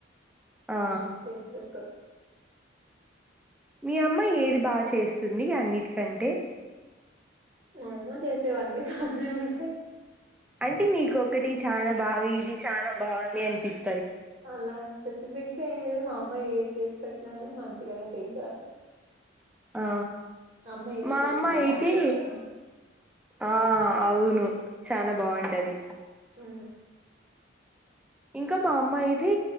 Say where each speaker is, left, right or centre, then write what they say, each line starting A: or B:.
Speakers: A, in the centre; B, on the right.
A: ఆ
B: మమ్ చేసి పెడత
A: మీ అమ్మ ఏది బాగా చేస్తుంది అన్నిటికంటే
B: మా అమ్మ చేసేవన్నీ బానే ఉంటాయి
A: అంటే నీకు ఒకటి చాలా బాగా ఇది చాలా బాగుంది అనిపిస్
B: అలా స్పెసిఫిక్ గా ఏం లేదు మా అమ్మ ఏ చేసి పెట్నాను మంచిగనే తింటాను
A: ఆ
B: అమ్మ ఏది
A: మా
B: చేసినా
A: అమ్మ అయితే
B: బాగుంటది కదా
A: ఆ అవును చాన బాగుంటది.
B: ఆ
A: ఇంకా మా అమ్మ అయితే